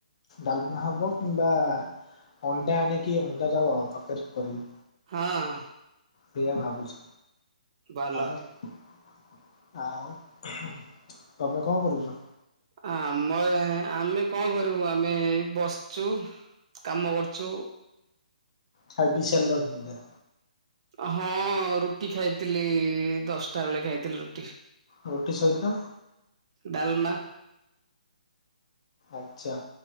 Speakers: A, on the left (about 45°); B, on the right (about 45°).
A: ଡାଲ୍ମା ହବ କିମ୍ବା ଅଣ୍ଡା ଆଣିକି ଅଣ୍ଡା ଚପ୍ ହବ ତରକାରୀ ଟେ କରିବି।
B: ହଁ।
A: ସେଇଆ ଭାବୁଚି
B: ଭଲ
A: ଆମେ ଆଉ ତମେ କଣ କରୁଚ?
B: ଆମ ଏଁ -ଆମେ କଣ କରିବୁ ଆମେ ଏଇ ବସିଚୁ। କାମ କରୁଚୁ।
A: ଖାଇ ପିଇ ସାରିଲଣି ବୋଧେ?
B: ହଁ ରୁଟି ଖାଇଥିଲି ଦଶ୍ ଟା ବେଳେ ଖାଇଥିଲି ରୁଟି।
A: ରୁଟି ସହିତ?
B: ଡାଲ୍ମା।
A: ଆଚା